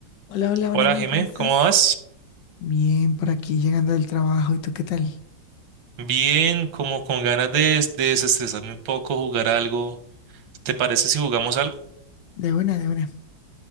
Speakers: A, on the left; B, on the right.
A: Hola, hola
B: Hola
A: Brandon,
B: Jimé,
A: ¿cómo estás?
B: ¿cómo vas?
A: Bien, por aquí llegando del trabajo. ¿Y tú qué tal?
B: Bien, como con ganas de, des- de desestresarme un poco, jugar algo. ¿Te parece si jugamos algo?
A: De una, de una.